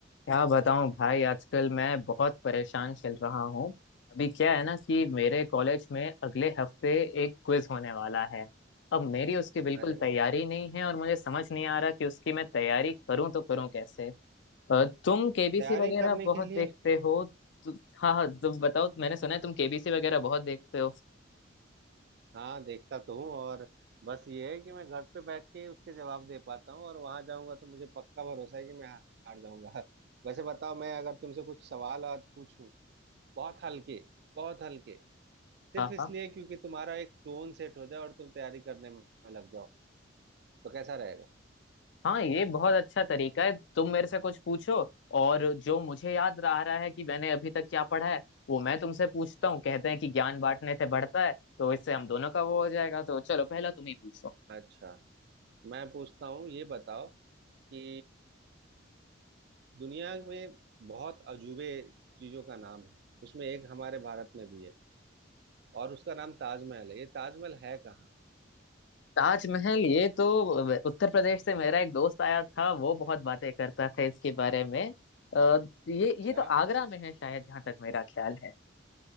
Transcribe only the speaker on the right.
अरे
वाह
तैयारी
करने
के लिए
हाँ देखता तो हूँ और बस ये है कि मैं घर पे बैठ के उसके जवाब दे पाता हूँ और वहां जाऊंगा तो मुझे पक्का भरोसा है कि मैं हार जाऊंगा <laughs> वैसे बताओ मैं अगर तुमसे कुछ सवाल आज पूछूं बहुत हल्के बहुत हल्के सिर्फ
इसलिए
क्योंकि तुम्हारा एक टोन सेट हो जाए और तुम तैयारी करने में लग जाओ तो कैसा रहेगा
अच्छा मैं पूछता हूँ ये बताओ कि दुनिया में बहुत अजूबे चीजों का नाम है उसमें एक हमारे भारत में भी है और उसका नाम ताजमहल है ये ताजमहल है कहाँ
अच्छा